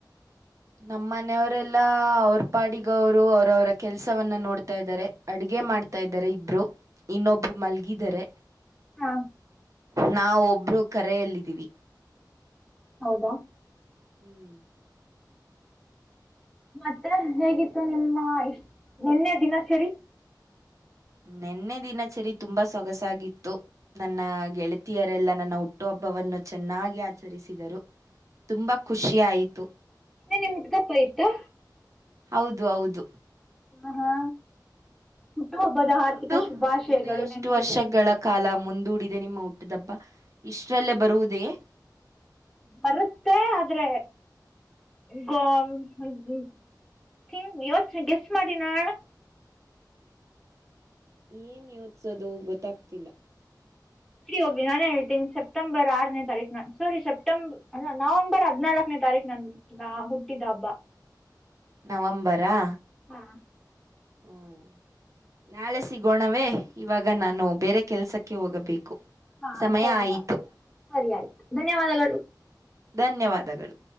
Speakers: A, on the right; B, in the centre.
A: ನಮ್ಮ ಮನೆಯವರೆಲ್ಲಾ ಅವ್ರ ಪಾಡಿಗ ಅವ್ರು ಅವ್ರವರ ಕೆಲ್ಸವನ್ನ ನೋಡ್ತಾ ಇದ್ದಾರೆ ಅಡಗೆ. ಮಾಡ್ತಾ ಇದ್ದಾರೆ ಇಬ್ರು ಇನ್ನೊಬ್ರು ಮಲ್ಗಿದರೆ
B: ಹಾ
A: ನಾವ್ ಒಬ್ರು ಕರೆಯಲ್ಲಿದ್ದೀವಿ
B: ಹೌದಾ
A: ಹ್ಮ್
B: ಮತ್ತೆ ಹೇಗಿತ್ತು ನಿಮ್ಮ ಇಷ್ ನೆನ್ನೆ ದಿನಚರಿ
A: ನೆನ್ನೆ ದಿನಚರಿ ತುಂಬಾ ಸೊಗಸಾಗಿತ್ತು ನನ್ನ ಗೆಳತಿಯರೆಲ್ಲಾ ನನ್ನ ಹುಟ್ಟುಹಬ್ ಬ್ಬವನ್ನು ಚೆನ್ನಾಗಿ ಆಚರಿಸಿದರು ತುಂಬಾ ಖುಷಿ ಆಯಿತು
B: ನಿನ್ನೇ ನಿಮ್ ಹುಟ್ದಬ್ಬ ಇತ್ತಾ
A: ಹೌದು ಹೌದು
B: ಹಾ ಹಾ ಹುಟ್ಟುಹಬ್ಬದ ಹಾರ್ದಿಕ
A: ನಿಮ್ದು
B: ಶುಭಾಶಯಗಳು
A: ಇನ್ನು ಎಷ್ಟು
B: ನಿನ್ನೆಗೆ
A: ವರ್ಷಗಳ ಕಾಲ ಮುಂದೂಡಿದೆ ನಿಮ್ಮ ಹುಟ್ ಟ್ದಬ್ಬ ಇಷ್ಟ್ರಲ್ಲೇ ಬರುವುದೆಯೇ
B: ಬರುತ್ತೆ ಆದ್ರೆ ಗೋ <unintelligible> ಗೆಸ್ ಮಾಡಿನೋಡಣ <inaudible>
A: ಏನ್ ಯೋಚ್ಸೋದು ಗೊತ್ತಾಗ್ತಿಲ್ಲ
B: ಬಿಡಿ ಹೋಗಿ ನಾನೇ ಹೇಳ್ತೀನಿ ಸಪ್ಟೆಂಬರ್ ಆರನೇ ತಾರೀಕು ನಾ ಸಾರಿ ಸೆಪ್ಟೆಂಬರ್ ನವೆಂಬರ್ ಹದಿನಾಲ್ಕನೇ ತಾರೀಕ ನನ್ನ ಹುಟ್ಟಿದ್ದ ಹಬ್ಬ
A: ನವಂಬರಾ
B: ಹಾ
A: ಹ್ಮ ನಾಳೆ ಸಿಗೋಣವೇ ಇವಾಗ ನಾನು ಬೇರೆ ಕೆಲಸಕ್ಕೆ ಹೋಗಬೇಕು
B: ಹಾ
A: ಸಮಯ
B: ಸರಿ
A: ಆಯಿತು
B: ಆಯ್ತು ಸರಿ ಆಯ್ತು ಧನ್ಯವಾದಗಳು
A: ಧನ್ಯವಾದಗಳು